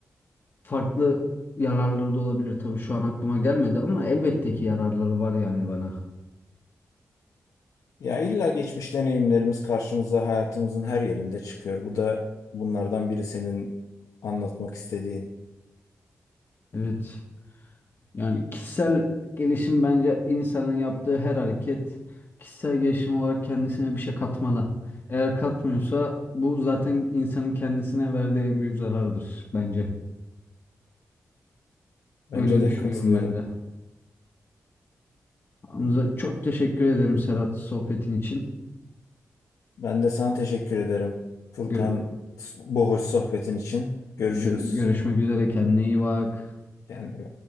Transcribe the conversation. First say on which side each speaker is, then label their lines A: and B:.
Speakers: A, on the left (about 45°); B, on the left (about 85°).
A: farklı yararları da olabilir. Tabii şu an aklıma gelmedi ama elbette ki yararları var yani bana.
B: ya illa geçmiş deneyimlerimiz karşımıza hayatımızın her yerinde çıkıyor. Bu da bunlardan biri senin anlatmak istediğin.
A: Evet. Yani kişisel gelişim bence insanın yaptığı her hareket kişisel gelişim olarak kendisine bir şey katmalı. Eğer katmıyorsa bu zaten insanın kendisine verdiği en büyük zarardır bence.
B: Bence
A: Öyle
B: de
A: düşünüyorum
B: katılıyorum.
A: ben de. Hamza çok teşekkür ederim Serhat sohbetin için.
B: Ben de sana teşekkür ederim Furkan
A: Gör-
B: bu hoş sohbetin için. Görüşürüz.
A: gö- görüşmek üzere kendine iyi bak.
B: Yani